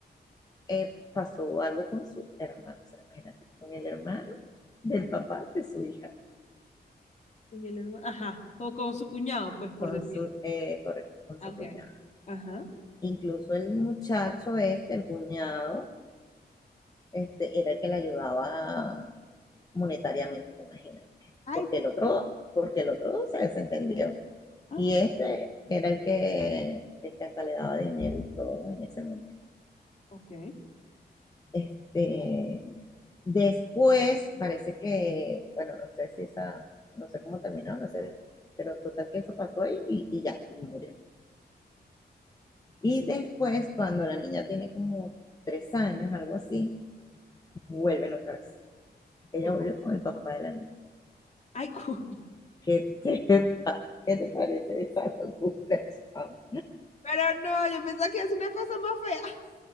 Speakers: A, on the left (about 20°); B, on the left (about 40°).
A: eh, pasó algo con su hermano, o sea, imagínate, con el hermano del papá de su hija,
B: con el herma- Ajá. Con, con su cuñado, pues, por
A: con
B: decir.
A: su, eh, correcto, con su
B: Ah, Ok,
A: cuñado.
B: ok. Ajá.
A: Incluso el muchacho este, el cuñado, este, era el que le ayudaba monetariamente, imagínate.
B: Ay,
A: Porque el otro, porque el otro se desentendió.
B: <gasps> ah,
A: Y este, que era el que, el que hasta le daba dinero y todo en ese momento.
B: ok.
A: Este, después parece que, bueno, no sé si esa, no sé cómo terminó, no sé, pero total que eso pasó ahí y, y ya, y murió. Y después, cuando la niña tiene como tres años, algo así, vuelven otra vez. Ella
B: ok.
A: volvió con el papá de la niña.
B: Ay, cu- <laughs>
A: ¿Qué te, qué te parece esa locura, chamo?
B: Pero no, yo pensaba que es una cosa más fea. <laughs>